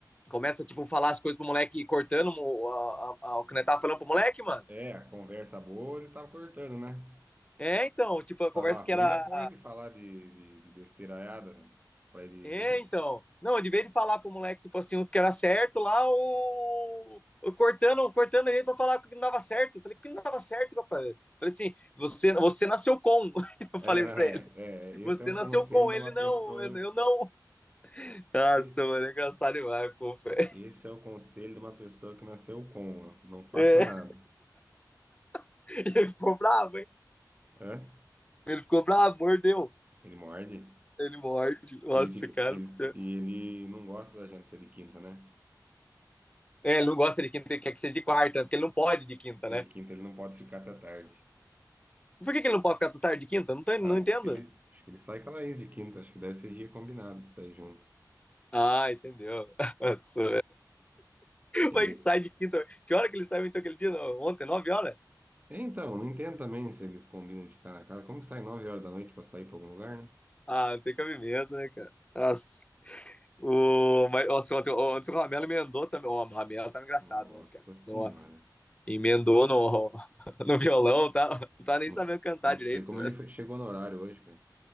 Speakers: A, on the left; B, on the right.
A: começa, tipo, falar as coisas pro moleque, cortando o, a, a, a- o que nós tava falando pro moleque, mano.
B: É, a conversa boa ele tava cortando, né?
A: É, então, tipo, a
B: Tava
A: conversa
B: ruim
A: que era
B: depois de falar de, de, de besteiraiada. Pra ele.
A: É, então.
B: <laughs>
A: Não, de vez de falar pro moleque, tipo assim, o que era certo lá, o. o cortando, cortando ele pra falar que não dava certo. Eu falei, que não dava certo, rapaz. Eu falei assim, você, você nasceu com. <laughs> Eu
B: É,
A: falei
B: não
A: pra
B: é,
A: ele,
B: é. Esse
A: você
B: é o
A: nasceu
B: conselho
A: com
B: de
A: ele,
B: uma
A: não,
B: pessoa.
A: eu não. Nossa,
B: e-
A: mano, é engraçado demais, fofo.
B: e-
A: É,
B: Esse é o conselho de uma pessoa que nasceu com. ó, Não faça
A: É,
B: nada.
A: <laughs> ele ficou bravo, hein?
B: Hã?
A: Ele ficou bravo, mordeu.
B: Ele morde.
A: Ele morde. Nossa,
B: Ele fica.
A: cara
B: Ele,
A: do céu.
B: e ele não gosta da gente ser de quinta, né?
A: É, ele não gosta de quinta, ele quer que seja de quarta, porque ele não pode de quinta,
B: Porque
A: né?
B: de quinta ele não pode ficar até tarde.
A: Por que que ele não pode ficar tarde de quinta? Não, tô-
B: Ah,
A: não entendo.
B: acho que ele, acho que ele sai com a Laís de quinta. Acho que deve ser dia combinado de sair junto.
A: Ah, entendeu. <laughs> Nossa,
B: Ele.
A: Mas sai de quinta. Que hora que ele saiu então aquele dia? Não, Ontem, nove horas?
B: É, Então, não entendo também se eles combinam de ficar na casa. Como que sai nove horas da noite para sair para algum lugar, né?
A: Ah, não tem cabimento, né, cara? Nossa. O, mas, nossa, ontem, ontem o Ramelo emendou também. O Ramelo tá engraçado
B: Nossa
A: ontem, cara.
B: senhora.
A: Nossa. Emendou no, <laughs> no violão, tá? Não tá nem
B: Não,
A: sabendo
B: s-
A: cantar
B: não
A: direito,
B: sei como
A: mano.
B: ele foi- chegou no horário hoje, cara.